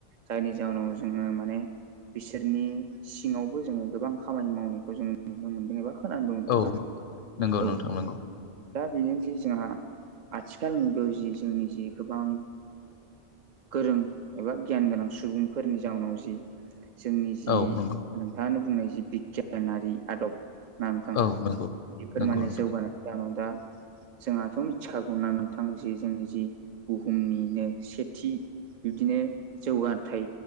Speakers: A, on the right; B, on the left.
A: जायनि जाहोनाव जोङो माने बिसोरनि सिङावबो जोङो गोबां खामानि मावनायखौ जोङो नुनो मोनदों एबा खोनानोबो मोनदोंना
B: औ नंगौ
A: औ
B: नोंथां नंगौ
A: दा बेनोदि जोंहा आथिखाल मुगायाव जि जोंनि जि गोबां गोरों एबा गियान गोनां सुबुंफोरनि जाउनाव जि जोंनि जि
B: औ नंगौ
A: नोंथाङानो बुंनाय जि बिगियानारि आदब ना नोंथां
B: औ नंगौ
A: बेफोर
B: नंगौ
A: माने
B: नोंथां
A: जौगानाय जानाव दा जोंहाथ' मिथिखागौना नोंथां जि जोंनि जि बुहुमनिनो सेथि बिब्दिनो जौगाथाय